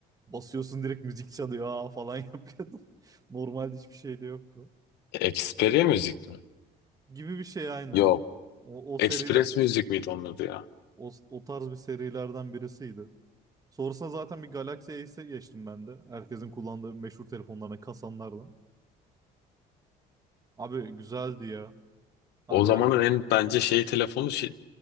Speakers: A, on the right; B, on the left.
A: Basıyorsun direkt müzik çalıyor aa falan <laughs> yapıyordum. Normalde hiçbir şey de yoktu.
B: Xperia müzik mi?
A: Gibi bir şey aynen.
B: Yok.
A: O, o
B: Express
A: seriler
B: müzik miydi onun adı ya?
A: o, o tarz bir serilerden birisiydi. Sonrasında zaten bir Galaxy Ace e geçtim ben de. Herkesin kullandığı meşhur telefonlarına kasanlardan. Abi güzeldi ya. Ara
B: O zamanın en bence şey telefonu şey,